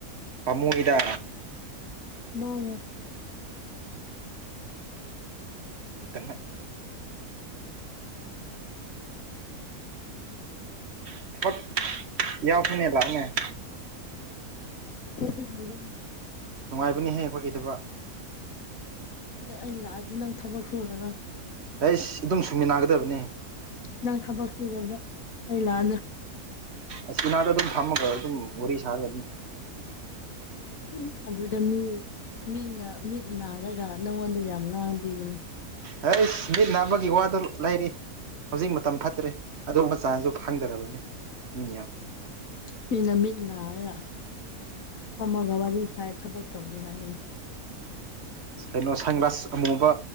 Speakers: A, on the right; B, on the left.
A: ꯄꯃꯨꯏꯗ
B: ꯃꯥꯡꯉꯣꯏ
A: <unintelligible> <unintelligible>
B: <unintelligible>
A: ꯅꯨꯡꯉꯥꯏꯕꯅꯤꯍꯦ ꯑꯩꯈꯣꯏꯒꯤꯗꯕ
B: ꯑꯗꯣ ꯑꯩ ꯂꯥꯛꯑꯗꯤ ꯅꯪ ꯊꯕꯛ ꯁꯨꯔꯒ
A: ꯍꯩꯁ ꯑꯗꯨꯝ ꯁꯨꯡꯃꯤꯟꯅꯒꯗꯕꯅꯤ
B: ꯅꯪ ꯊꯕꯛ <unintelligible>
A: ꯑꯁ ꯎꯅꯥꯗ ꯑꯗꯨꯝ ꯐꯝꯃꯒ ꯑꯗꯨꯝ ꯋꯥꯔꯤ ꯁꯥꯔꯒ ꯑꯗꯨꯝ
B: ꯎ ꯑꯗꯨꯗ ꯃꯤ ꯃꯤꯅ ꯃꯤꯠ ꯅꯥꯔꯒ ꯅꯪꯉꯣꯟꯗ ꯌꯥꯝ ꯉꯥꯡꯕꯤꯒꯅꯤ
A: ꯍꯩꯁ ꯃꯤꯠ ꯅꯥꯕꯒꯤ ꯋꯥꯗ ꯂꯩꯔꯤ ꯍꯧꯖꯤꯛ ꯃꯇꯝ ꯐꯠꯇ꯭ꯔꯦ ꯑꯗꯨꯒꯨꯝꯕ ꯆꯥꯟꯁꯨ ꯐꯪꯗꯔꯕꯅꯤ ꯃꯤꯅ ꯌꯥꯝ
B: ꯃꯤꯅ ꯃꯤꯠ ꯅꯥꯔꯒ ꯐꯝꯃꯒ ꯋꯥꯔꯤ ꯁꯥꯏ ꯊꯕꯛ ꯇꯧꯗꯦ ꯍꯥꯏꯒꯅꯤ
A: ꯀꯩꯅꯣ ꯁꯟ ꯒ꯭ꯂꯥꯁ ꯑꯃꯨꯕ